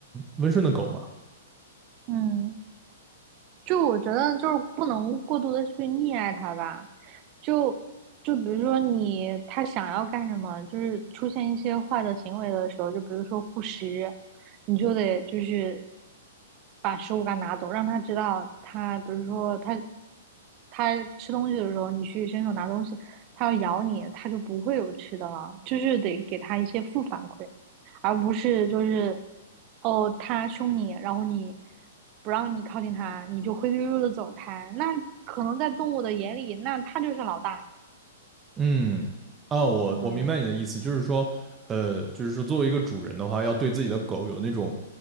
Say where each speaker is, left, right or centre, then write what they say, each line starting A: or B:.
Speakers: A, on the right; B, on the right.
A: 温顺的狗嘛。
B: 嗯。就我觉得就是不能过度的去溺爱他吧，就就比如说你他想要干什么，就是出现一些坏的行为的时候，就比如说护食，你就得就是把食物给他拿走，让他知道他，比如说他他吃东西的时候，你去伸手拿东西，他要咬你，他就不会有吃的了，就是得给他一些负反馈。而不是就是哦他凶你，然后你不让你靠近他，你就灰溜溜的走开。那可能在动物的眼里，那他就是老大。
A: 嗯，啊，我我明白你的意思，
B: 嗯，
A: 就是说，呃，就是说作为一个主人的话，要对自己的狗有那种，